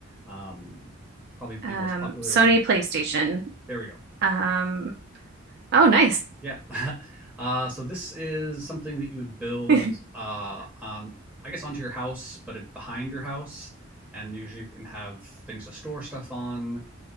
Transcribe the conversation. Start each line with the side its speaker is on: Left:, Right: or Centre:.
Centre: Um, probably
Right: Um,
Centre: the most popular.
Right: Sony PlayStation.
Centre: There we go.
Right: Um, oh, nice.
Centre: Yeah. <laughs> Uh, so this is something that you would build
Right: <laughs>
Centre: uh, on, I guess, onto your house, but it- behind your house, and usually you can have things to store stuff on.